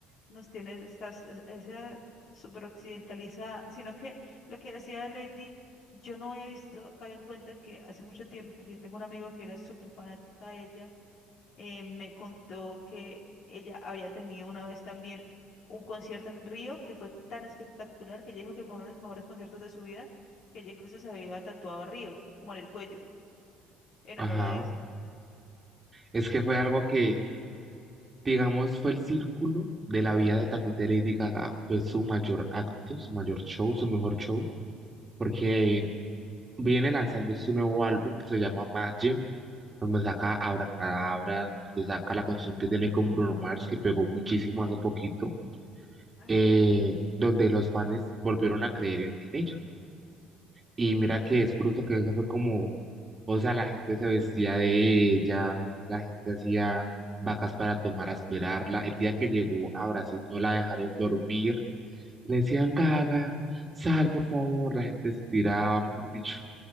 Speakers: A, on the left (about 60°); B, on the right (about 25°).
A: nos tiene, está s- esa súper occidentalizada, sino que lo que decía Lady, yo no había visto, caí en cuenta que hace mucho tiempo, porque yo tengo un amigo que era súper fanática de ella, eh, me contó que ella había tenido una vez también un concierto en Río que fue tan espectacular que ella dijo que fue uno de los mejores conciertos de su vida, que ella incluso se había tatuado a Río, como en el cuello, en
B: ajá.
A: honor a eso.
B: Es que fue algo que Digamos, fue el círculo de la vida de, también de Lady Gaga, fue su mayor acto, su mayor show, su mejor show, porque viene lanzando este nuevo álbum que se llama Mad Gym, donde saca Abracadabra, donde saca la canción que tiene con Bruno Mars, que pegó muchísimo hace poquito,
A: Ajá.
B: eh, donde los fans volvieron a creer en, en ella. Y mira que es curioso que eso fue como O sea, la gente se vestía de ella, la gente hacía vacas para tomar a esperarla. El día que llegó a Brasil no la dejaron dormir. Le decían, Gaga, sal por favor. La gente se tiraba, mejor dicho.